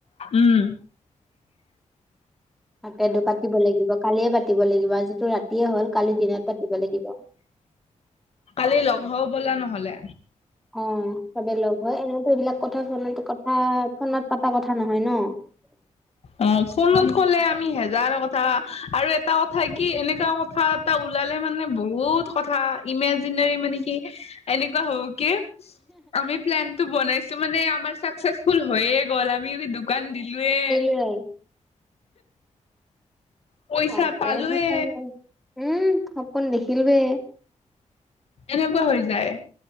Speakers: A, on the left; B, in the centre.
A: উম
B: তাকেতো পাতিব লাগিব কালিয়ে পাতিব লাগিব আজিতো ৰাতিয়ে হ'ল কালি দিনত পাতিব লাগিব।
A: কালি লগ হও বলা নহলে
B: অ চবে লগ হয় এনেতো এইবিলাক কথা ফোনত কথা ফোনত পতা কথা নহয় ন <inaudible>
A: অ ফোনত কলে আমি হেজাৰ কথা আৰু এটা কথা কি এনেকা কথাত টা ওলালে মানে বহুত কথা ইমেজিনেৰি মানে কি এনেকুৱা হব কি আমি প্লেনটো বনাইছোঁ মানে আমাৰ চাকচেচফুল হৈয়ে গ'ল আৰু তুমি যদি দোকান দিলোয়ে
B: উম
A: পইচা
B: বাপৰে
A: পালোয়ে
B: সঁচাকে। উম সপোন দেখিলোৱে
A: এনেকুৱা হৈ যায়